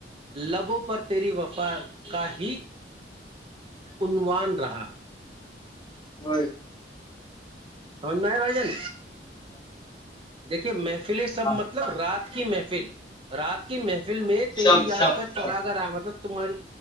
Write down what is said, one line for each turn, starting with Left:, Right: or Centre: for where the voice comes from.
Right: لبوں پر تیری وفا کا ہی عنوان رہا
Left: و
Right: بھائی جن دیکے محفلے سب
Left: ہاں
Right: مطلب ر ات کی محفل رات کی محفل ف میں تیری
Left: شب
Right: یاد
Left: شب
Right: کا چراگرا
Left: شب
Right: مطلب تماری